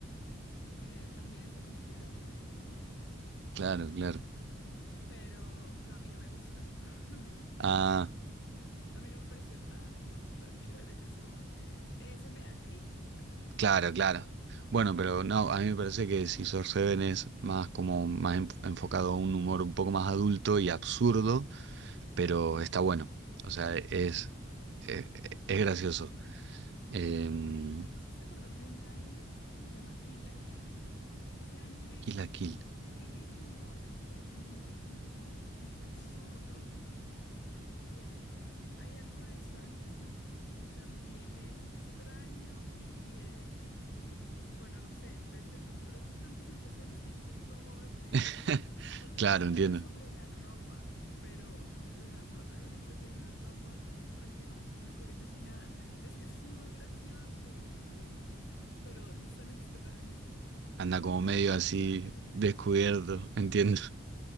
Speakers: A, on the left; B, on the right.
A: eh, también se considera muy de humor.
B: Claro, claro.
A: Pero no, a mí no me gusta. <laughs>
B: Ah,
A: A mí no me pareció tan, tan chévere. Es como que ese me da cringe ya.
B: claro, claro. Bueno,
A: <laughs>
B: pero no, a mí me parece que Scissor Seven es más como más en- enfocado a un humor un poco más adulto y absurdo, pero está bueno. O sea, es, es, es gracioso. Em,
A: Me hiciste acordar de un anime que se llama Kill la Kill. Ese anime
B: Kill la Kill.
A: tiene humor, pero es un humor, yo no sé cómo decirlo, entre absurdo eh, eh, hay algo de sangre y también es extraño y, y, eh, y- y, bueno, no sé, te, te produce tantas sensaciones que no sé ni cómo describirlo,
B: <laughs>
A: porque
B: Claro,
A: trata
B: entiendo.
A: sobre la ropa, pero la protagonista tiene una ropa que prácticamente no le cubre casi nada. Es, es muy gracioso, eh, pero es tan extraño
B: anda
A: que
B: como
A: uno
B: medio
A: no, no
B: así
A: sabe qué sentir.
B: descubierto, <laughs> entiendo.